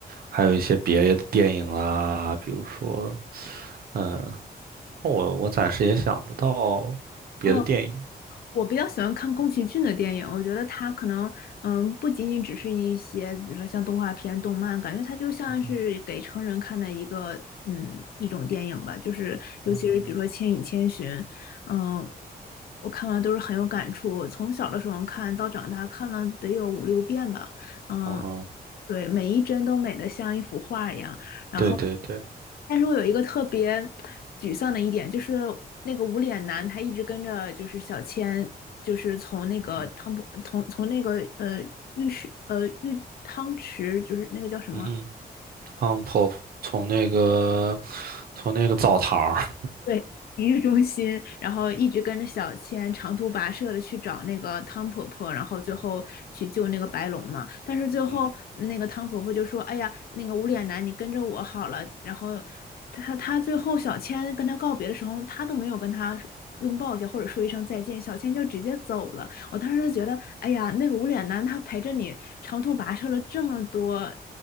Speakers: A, on the right (about 65°); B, on the left (about 70°).
A: 还有一些别的电影啦，比如说，嗯，我我暂时也想不到别的电影。
B: 哦，我比较喜欢看宫崎骏的电影，我觉得他可能，嗯，不仅仅只是一些，比如说像动画片、动漫，感觉它就像是给成人看的一个，
A: 嗯哼，
B: 嗯，一种电影吧。就是尤其是比如说《千与千寻》，
A: 嗯，
B: 嗯，我看完都是很有感触。我从小的时候看到长大，看了得有五六遍吧，嗯，
A: 然后
B: 对，每一帧都美得像一幅画一样。然后，
A: 对对对，
B: 但是我有一个特别沮丧的一点，就是那个无脸男他一直跟着就是小千，就是从那个汤普从从那个呃浴室呃浴汤池，
A: 嗯哼，
B: 就是那个叫什么
A: 嗯哼，嗯，婆婆从那个从那个澡堂儿，
B: 对，体育中心，然后一直跟着小千长途跋涉的去找那个汤婆婆，然后最后去救那个白龙嘛。但是最后那个汤婆婆就说：
A: 嗯
B: “哎呀，那个无脸男，你跟着我好了。”然后他他最后小千跟他告别的时候，他都没有跟他拥抱一下或者说一声再见，小千就直接走了。我当时就觉得，哎呀，那个无脸男他陪着你长途跋涉了这么多，